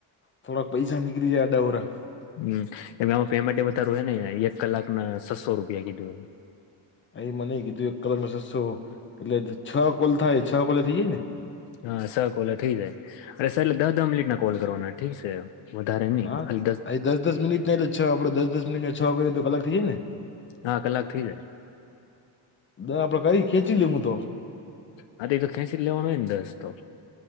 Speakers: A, on the left; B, on the left.
A: થોડા પૈસા નીકળી જાય આડા અવળા.
B: હમ એ આમાં પેમેન્ટ વધારા હ ને એક કલાક ના છસો રૂપિયા કીધું.
A: એ મને કીધું એક કલાક ના છસો એટલે છ કોલ થાય છ કોલે થઈ જાય ને.
B: હા છ કોલે થઈ જાય અને છેલે દહ દહ મિનિટ ના કોલ કરવાના ઠીક છે. વધારે નહી
A: હા
B: ખાલી
A: દસ દસ મિનિટ એટલે છ આપડ દસ મિનિટ છ કરએ તો કલાક થી જાય ને.
B: હા કલાક થઇ જાય.
A: દ આપડે કરી ખેંચી લેવું તો.
B: હા તે તો ખેંચી લેવાનો હોયને દરસ તો.